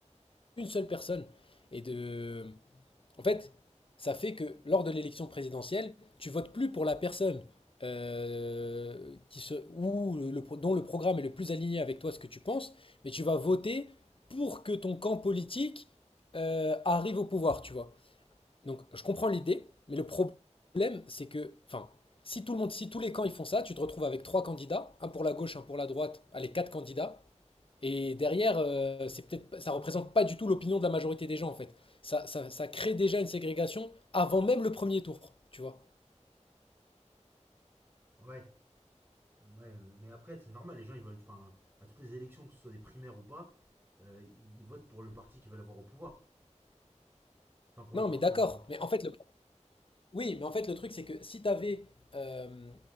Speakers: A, on the left; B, on the right.
A: une seule personne. Et de... En fait, ça fait que lors de l'élection présidentielle, tu votes plus pour la personne euh, qui se, ou le, le pro- dont le programme est le plus aligné avec toi, ce que tu penses, mais tu vas voter pour que ton camp politique euh, arrive au pouvoir, tu vois. Donc, je comprends l'idée, mais le problème, c'est que, enfin, si tout le monde, si tous les camps ils font ça, tu te retrouves avec trois candidats, un pour la gauche, un pour la droite, allez, quatre candidats, et derrière, euh, c'est peut-être, ça représente pas du tout l'opinion de la majorité des gens, en fait. Ça, ça, ça crée déjà une ségrégation avant même le premier tour, tu vois.
B: Ouais, ouais, euh, mais après, c'est normal, les gens ils veulent. Enfin, à toutes les élections, que ce soit des primaires ou pas, euh, ils, ils votent pour le parti qu'ils veulent avoir au pouvoir. Enfin, pour
A: Non,
B: le camp
A: mais d'accord.
B: qu'ils veulent voir au pouvoir.
A: Mais en fait, le, oui, mais en fait, le truc, c'est que si t'avais, euh,